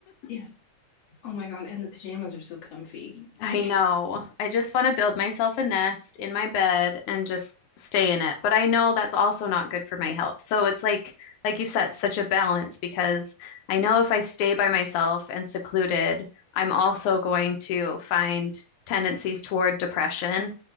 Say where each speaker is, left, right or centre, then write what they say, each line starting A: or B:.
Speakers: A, on the left; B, on the left.
A: Yes. Oh my God. And the pajamas are so comfy.
B: I
A: Like
B: know. I just want to build myself a nest in my bed and just stay in it. But I know that's also not good for my health. So it's like, like you said, such a balance because I know if I stay by myself and secluded, I'm also going to find tendencies toward depression.